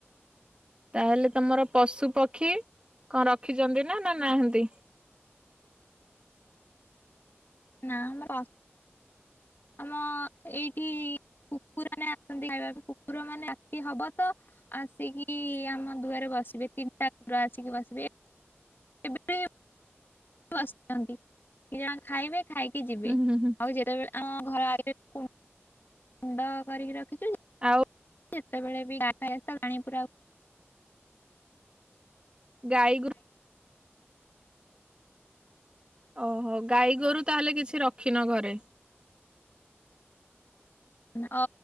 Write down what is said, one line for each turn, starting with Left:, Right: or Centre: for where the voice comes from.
Right: ତାହେଲେ ତମର ପଶୁ ପକ୍ଷୀ କଣ ରଖିଛନ୍ତି ନା ନାହାନ୍ତି?
Left: <unintelligible> ନା ଆମର ଆମ ଏଇଠି ଉପୁରାନ ଖାଇବା କୁକୁର ମାନେ ଆସି ହବ ତ ଆସିକି ଆମ ଦୁଆରେ ବସିବେ ତିନିଟା ପା ଆସିକି ବସିବେ, କେବେବି ବସିଥାନି ଯାହା ଖାଇବେ ଖାଇକି ଯିବେ
Right: ଉଁ ହୁଁ ହୁଁ
Left: ଆଉ ଯେତେବେଳେ ଆମ ଘର ଆଡେ ମୁଣ୍ଡ କରିକି
Right: ଆଉ
Left: ଯେତେବେଳେ ବି ପାଣି ପୁରା
Right: ଗାଈ ଗୋରୁ ଓହୋ ଗାଈ ଗୋରୁ ତାହେଲେ କିଛି ରଖିନ ଘରେ।
Left: ହଁ